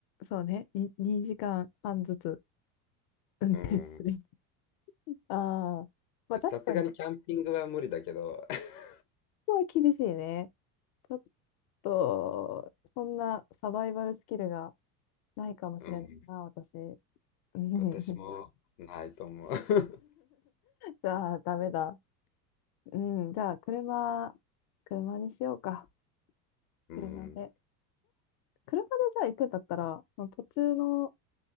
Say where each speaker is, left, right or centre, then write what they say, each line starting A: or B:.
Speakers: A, on the left; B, on the left.
A: そうね。に2時間半ずつ運転する。
B: うん。
A: ああ、まあ確かに、
B: さすがにキャンピングは無理だけど、<laughs>
A: ごは厳しいね。ちょっと、そんなサバイバルスキルがないかもしれないな、
B: うん。
A: 私。うん
B: 私もないと思う。
A: <laughs>
B: <laughs>
A: じゃあ、ダメだ。うん、じゃあ、車、車にしようか。
B: うん。
A: 車で。車でじゃあ行くんだったら、その途中の